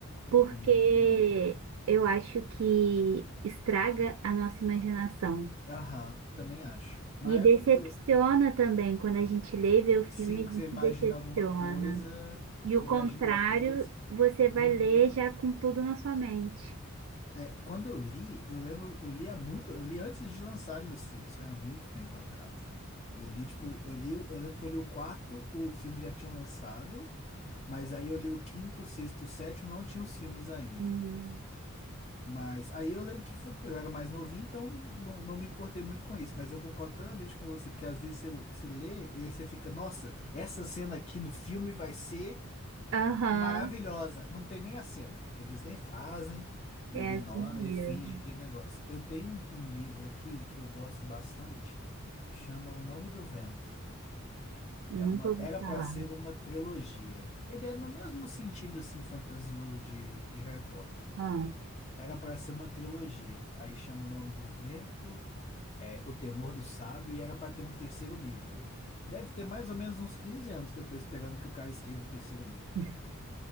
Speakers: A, on the right; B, on the left.
A: porque
B: Hum,
A: eu acho que estraga a nossa imaginação.
B: Aham, também acho. Na
A: E
B: época
A: decepciona
B: que eu.
A: também, quando a gente lê e vê o filme,
B: Sim,
A: a
B: que
A: gente
B: você imagina
A: se decepciona.
B: alguma coisa.
A: E
B: Você
A: o
B: imagina
A: contrário,
B: uma coisa.
A: você vai
B: Uhum.
A: ler já com tudo na sua mente.
B: É, quando eu li, eu lembro, eu li há muito, eu li antes de lançarem os filmes, foi há muito tempo atrás, né? Eu li, tipo, eu li, o- eu lembro que eu li o quarto, o filme já tinha lançado, mas aí eu li o quinto, o sexto e o sétimo, não tinha os filmes ainda.
A: Uhum.
B: Mas aí eu lembro que foi- eu era mais novinho, então não, não me importei muito com isso, mas eu concordo plenamente com você, porque às vezes você, você lê e aí você fica, nossa, essa cena aqui no filme vai ser
A: Aham,
B: Maravilhosa. Não tem nem a cena. Eles nem fazem, ignora
A: é assim mesmo.
B: e finge que negócio. Eu tenho um, um livro aqui que eu gosto bastante, chama O Nome do Vento.
A: Nunca
B: É uma,
A: ouvi
B: era
A: falar.
B: para ser uma trilogia. Ele é no mesmo sentido assim fantasioso de, de Harry Potter.
A: Ah,
B: Era para ser uma trilogia. Aí chama O Nome do Vento, é O Temor do Sábio e era para ter um terceiro livro. Deve ter mais ou menos uns 15 anos que eu tô esperando que o cara escreva o terceiro livro
A: Ninguém